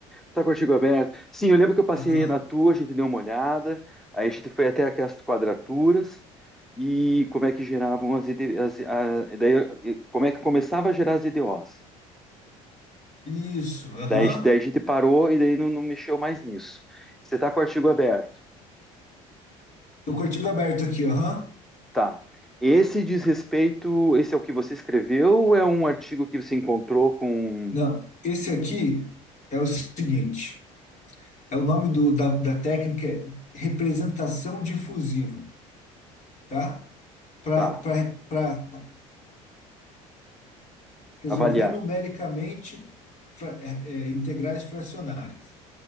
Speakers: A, in the centre; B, on the left (about 50°).
A: Tá com o artigo aberto? Sim, eu lembro que eu passei
B: Aham.
A: na tua, a gente deu uma olhada, aí a gente foi até aquelas quadraturas e como é que geravam as, ide- as a, e daí, e como é que começava a gerar as IDOs.
B: Isso, aham.
A: Daí, a gente- daí a gente parou e daí não, não mexeu mais nisso. Você tá com o artigo aberto?
B: Do Cortigo aberto aqui, aham.
A: Tá. Esse diz respeito, esse é o que você escreveu ou é um artigo que você encontrou com...
B: Não, esse aqui é o seguinte, é o nome do- da, da técnica é representação difusiva, tá? Para
A: Tá,
B: para resolver
A: avaliar.
B: numericamente fra- é, é, integrais fracionárias,